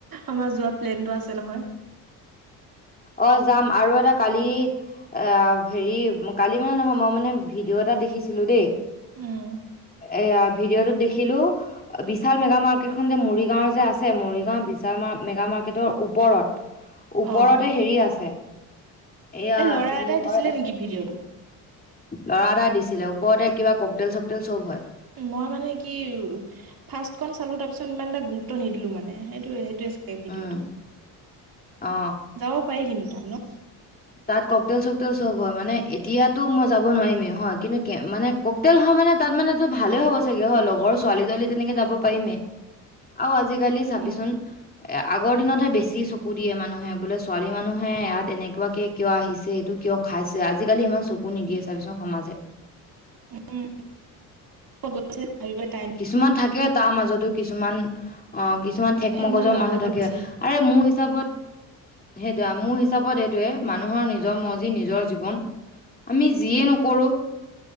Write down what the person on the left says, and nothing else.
অ যাম আৰু এটা কালি। এ হেৰি কালি মানে নহয় মই মানে ভিডিঅ' এটা দেখিছিলো দেই।
এয়া ভিডিঅ'টোত দেখিলো। বিশাল মেগা মাৰ্কেটখনন যে মৰিগাঁওৰ যে আছে মৰিগাঁও বিশাল মেগা মাৰ্কেটৰ ওপৰত। ওপৰতে
হেৰি আছে, এয়া
কি বুলি
কয়।
ল'ৰা এটা দিছিলে ওপৰতে কিবা ককডেল চকদেল চব হয়।
উম অ
তাত ককটেল চকটেল চব হয় মানে এতিয়াতো মই যাব নোৱাৰিমেই হয় কিন্তু কে মানে। ককতেল হয় মানে তাত মানো ভালেই হ'ব চাগে হয় লগৰ ছোৱালী তোৱালী তেনেকে যাব পাৰিমেই। আৰু আজিকালি চাবিচোন।
এ আগৰ দিনতহে বেছি চকু দিয়ে মানুহে বোলে ছোৱালী মানুহে ইয়াত এনেকুৱা। কিয় আহিছে এইটো কিয় খাইছে আজিকালি ইমান চকু নিদিয়ে চাবিছোন সমাজে।
কিছুমান থাকে তাৰ মাজতো কিছুমান, অ কিছুমান ঠেক
মগজৰ
মানুহ থাকে।
আৰে মোৰ হিচাপত। সেইটো মোৰ হিচাপত এইটোয়ে মানুহৰ নিজৰ মজি নিজৰ জীৱন। আমি যিয়ে নকৰোঁ।